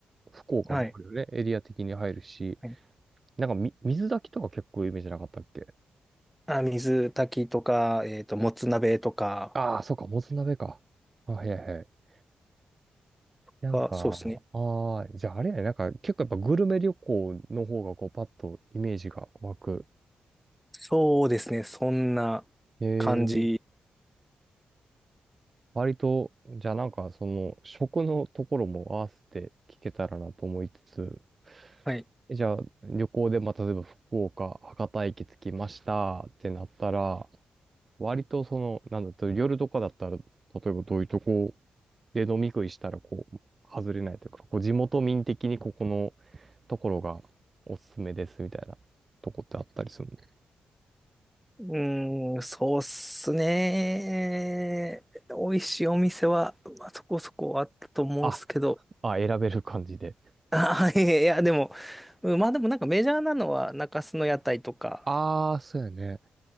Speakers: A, on the right; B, in the centre.
A: 福岡もあるよね。
B: はい。
A: エリア的に入るし、
B: はい。
A: なんかみ、水炊きとか結構イメージなかったっけ
B: あ、水炊きとか、えっと、もつ鍋とか
A: ああー、そうか、もつ鍋か。あ、はいはいはい。なんか、
B: が、そうですね。
A: ああ、じゃああれやね、なんか結構やっぱグルメ旅行の方がこうパッとイメージが湧く。
B: そうですね。そんな
A: ええ
B: 感じ。
A: 割と、じゃあなんかその食のところも合わせて聞けたらなと思いつつ、
B: はい。
A: えじゃあ旅行で、まあ、例えば福岡、博多駅着きましたってなったら、割とその、なんだと、夜とかだったら、例えばどういうとこで飲み食いしたらこう、外れないというか、こう地元民的にここのところがおすすめですみたいなとこってあったりするの
B: うーん、そうっすね。美味しいお店は、まあ、そこそこあったと思うんですけど。
A: あ、あ、選べる感じで。
B: あ、いや、いやでも、うん、まあでもなんかメジャーなのは中洲の屋台とか。
A: ああ、そうやね。